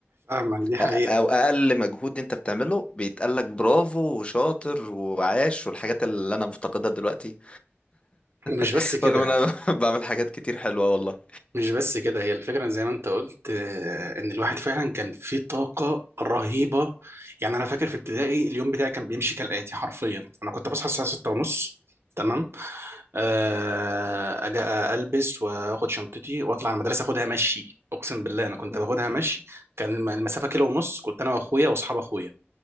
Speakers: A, on the right; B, on the left.
A: فاهمك دي حقيقة
B: أ- أو أقل مجهود أنت بتعمله بيتقالك برافو وشاطر وعاش والحاجات اللي أنا مفتقدها دلوقتي
A: ومش
B: <laughs>
A: بس كده
B: رغم إن أنا <laughs> بعمل حاجات كتير حلوة والله
A: مش بس كده هي الفكرة زي ما انت قلت آه، ان الواحد فعلا كان فيه طاقة رهيبة يعني انا فاكر في ابتدائي اليوم بتاعي كان بيمشي كالآتي حرفيا انا كنت بصحى الساعة 6 ونص تمام آه، اجي البس واخد شنطتي واطلع على المدرسة اخدها مشي اقسم بالله انا كنت
B: مم.
A: باخدها مشي كان الم- المسافة كيلو ونص كنت انا واخويا واصحاب اخويا